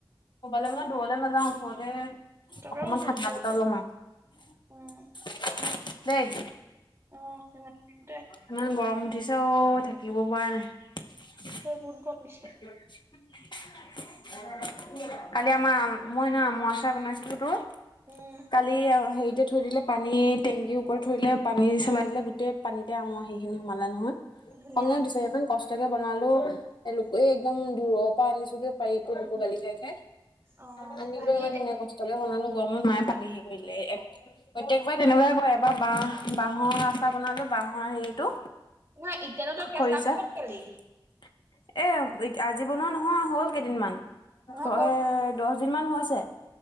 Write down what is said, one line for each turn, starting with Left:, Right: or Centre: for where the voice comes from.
Left: কবালে মানে দূৰলে নাযাওঁ ওচৰতে
Right: তাকে
Left: অকমান
Right: কৈছো
Left: ঠাণ্ডা
Right: ওচৰতে।
Left: বতৰত লম আৰু
Right: উম,
Left: দেই?
Right: <unintelligible>
Left: ইমান গৰম উঠিছে অ' থাকিব পৰা নাই।
Right: এতিয়া বহুত গৰম দিছে।
Left: <unintelligible> কালি আমাৰ, মই সেইদিনা আমৰ আচাৰ বনাইছিলো তোৰ।
Right: উম,
Left: কালি হেৰিতে থৈ দিলে। পানী টেংকীৰ ওপৰত ধৰিলে পানী চলাই দিলে, গোটেই পানীতে আম সেইখিনি সোমালে নহয়।
Right: ধুনীয়া।
Left: খঙে উঠিছে, ইমান কষ্টকে বনালো এ লোকে একদম দূৰ আনিছোগে পাৰিটো লোকৰ গালি খাই খাই,
Right: অ',
Left: আনিলৈ
Right: হেৰি
Left: ইমান কষ্ট। ভাতকে বনালো গৰমত, মাই পানী সে কৰিলে এক প্ৰত্যেকবাৰে তেনেকুৱাই কৰে, এবাৰ বাঁহ বাঁহৰ আচাৰ বনালো বাঁহৰ হেৰিটো।
Right: নহয় ইতিয়ানো তই কেঁচা
Left: খৰিছা।
Right: আম ক'ত
Left: এ
Right: পালি?
Left: আজি বনোৱা নহয়, হ'ল কেইদিনমান। এ
Right: নহয় গম
Left: দহ দিনমান হৈছে।